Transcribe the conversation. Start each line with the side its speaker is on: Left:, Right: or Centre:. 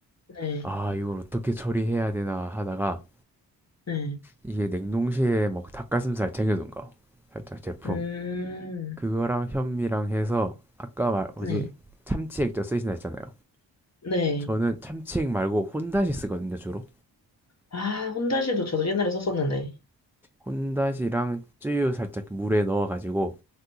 Left: 네,
Centre: 아 이걸 어떻게 처리해야 되나 하다가
Left: 네.
Centre: 이게 냉동실에 뭐 닭가슴살 쟁여둔 거 살짝 제품
Left: 음,
Centre: 그거랑 현미랑 해서 아까 말 뭐지
Left: 네,
Centre: 참치 액젓 쓰신다 했잖아요.
Left: 네.
Centre: 저는 참치 액 말고 혼다시 쓰거든요 주로
Left: 아, 혼다시도 저도 옛날에 썼었는데.
Centre: 혼다시랑 쯔유 살짝 물에 넣어가지고